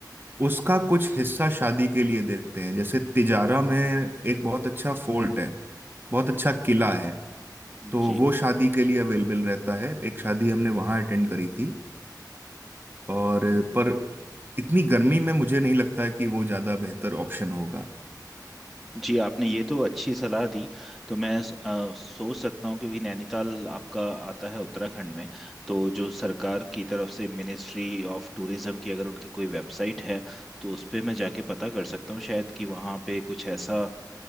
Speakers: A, on the right; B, in the centre.
A: उसका कुछ हिस्सा शादी के लिए देते हैं जैसे तिजारा में एक बहुत अच्छा फोर्ट है बहुत अच्छा किला है तो
B: जी
A: वो शादी के लिए अवेलेबल रहता है एक शादी हमने वहाँ अटेंड करी थी और पर इतनी गर्मी में मुझे नहीं लगता है कि वो ज़्यादा बेहतर ऑप्शन होगा
B: जी आपने ये तो अच्छी सलाह दी तो मैं अ, सोच सकता हूँ क्योंकि नैनीताल आपका आता है उत्तराखंड में तो जो सरकार की तरफ से मिनिस्ट्री ऑफ टूरिज्म की अगर उनकी कोई वेबसाइट है तो उस पे मैं जाके पता कर सकता हूँ शायद कि वहाँ पे कुछ ऐसा